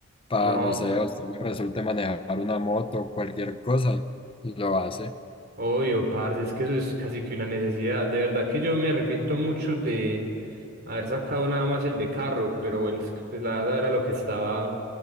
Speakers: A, on the left; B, on the right.
A: para,
B: No.
A: no sé, o si resulte manejar una moto o cualquier cosa, lo hace.
B: Obvio, parce, es que eso es casi que una necesidad. De verdad que yo me arrepiento mucho de haber sacado nada más el de carro, pero bueno, es que, pues, la verdad era lo que estaba